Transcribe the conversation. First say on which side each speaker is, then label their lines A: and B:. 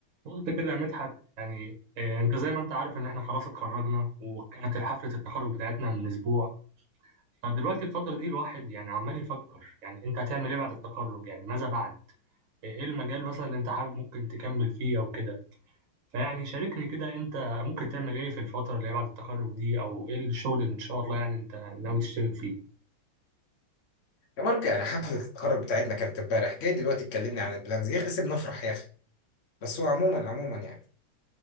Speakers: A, on the right; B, on the left.
A: قلت كده يا مدحت يعني آه، انت زي ما انت عارف ان احنا خلاص اتخرجنا وكانت حفلة التخرج بتاعتنا من اسبوع فدلوقتي الفترة دي الواحد يعني عمال يفكر يعني انت هتعمل ايه بعد التخرج يعني ماذا بعد آه، ايه المجال مثلا اللي انت حابب ممكن تكمل فيه او كده فيعني شاركني كده انت ممكن تعمل ايه في الفترة اللي هي بعد التخرج دي او ايه الشغل اللي ان شاء الله يعني انت ناوي تشتغل فيه
B: يا مارك يعني حفلة التخرج بتاعتنا كانت امبارح جاي دلوقتي تكلمني عن البلانز يا اخي سيبنا نفرح يا اخي بس هو عموما عموما يعني